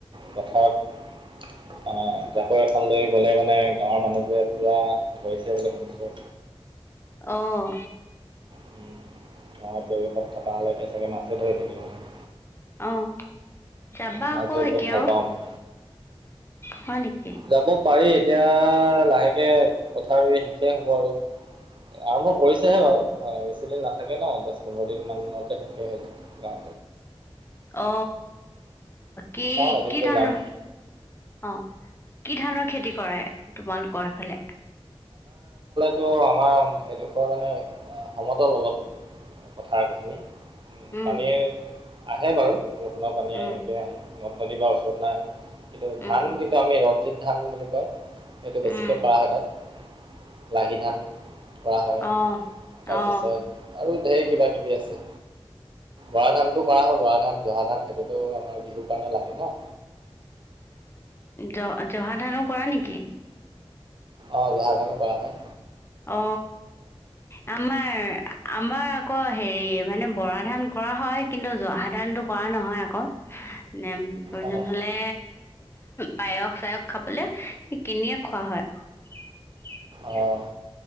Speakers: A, on the right (about 50°); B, on the left (about 25°).
A: পথাৰত আহ জাকৈ এখন লৈ গলে মানে গাঁৱৰ মানুহ যে পুৰা ধৰিছে বুলি শুনিছো
B: আহ
A: উম, পৰিৱেশত থকা হ'লে এতিয়া চাগে মাছে ধৰি থাকিলোহেঁতেন
B: অ যাবা
A: মাছ
B: আকৌ
A: ধৰি
B: এতিয়াও
A: বহুত ভাল পাওঁ মই
B: হয় নেকি
A: যাব পাৰি এতিয়া লাহেকে পথাৰ ৰু ই শেষে হ'ব আৰু আৰম্ভ কৰিছেহে বাৰু বেছি দিন নাথাকে ন দহ পোন্ধৰ দিন মানতে শেষে হৈ যায় গাঁ
B: অ কি
A: চাওঁ এদিনকে
B: কি ধৰণৰ
A: যাম
B: অ কি ধানৰ খেতি কৰে তোমালোকৰ এফালে
A: তো আমাৰ এইডোখৰ মানে সমতল অলপ পথাৰকেইখিনি উ
B: উম
A: পানী আহে বাৰু বৰষুণৰ পানীয়ে
B: উম
A: সেনেকে আহে নদ নদী বা ওচৰত নাই কিন্তু ধান
B: উম
A: কিন্তু আমি ৰঞ্জিত ধান বুলি কয় এইটো বেছিকৈ
B: উম
A: কৰা হয় তাত লাহি ধান কৰা হয়
B: অ
A: তাৰপিছত
B: অ
A: আৰু ঢেৰ কিবা কিবি আছে বৰা ধানতটো কৰা হয় বৰা ধান জহা ধান সেইটোতো আমাৰ বিহু কাৰণে লাগে ন
B: জ জহা ধানো কৰা নেকি
A: অ জহা ধানো কৰা হয়
B: অ আমাৰ আমাৰ আকৌ হেৰি মানে বৰা ধান কৰা হয় কিন্তু জহা ধানটো কৰা নহয় আকৌ ন প্ৰয়োজন
A: অঁ
B: হলে পায়স চায়স খাবলৈ সেই কিনিয়ে খোৱা হয়
A: অঁ